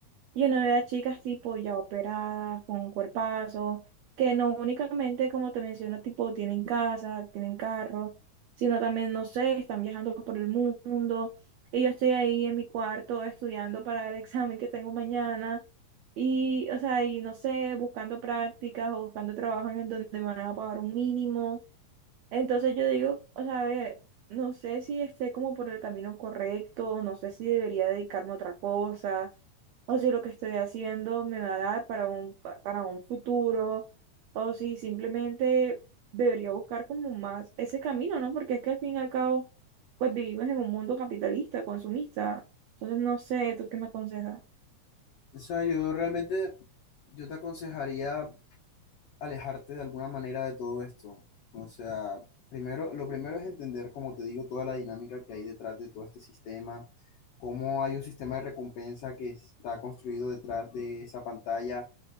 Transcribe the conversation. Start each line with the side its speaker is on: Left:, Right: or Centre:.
Right: Yo no veo a chicas tipo ya operadas, con cuerpazos, que no únicamente, como te menciono, tipo tienen casa, tienen carro, sino también, no sé, están viajando por el mundo. Y yo estoy ahí en mi cuarto estudiando para el <laughs> examen que tengo mañana. Y, o sea, y no sé, buscando prácticas o buscando trabajo en el donde me van a pagar un mínimo. Entonces yo digo, o sea, a ver, no sé si esté como por el camino correcto, no sé si debería dedicarme a otra cosa, o si lo que estoy haciendo me va a dar para un, pa- para un futuro, o si simplemente debería buscar como más ese camino, ¿no? Porque es que al fin y al cabo, pues vivimos en un mundo capitalista, consumista. Entonces no sé, ¿tú qué me aconsejas?
Left: O sea, yo realmente, yo te aconsejaría alejarte de alguna manera de todo esto. O sea, primero, lo primero es entender, como te digo, toda la dinámica que hay detrás de todo este sistema, cómo hay un sistema de recompensa que está construido detrás de esa pantalla.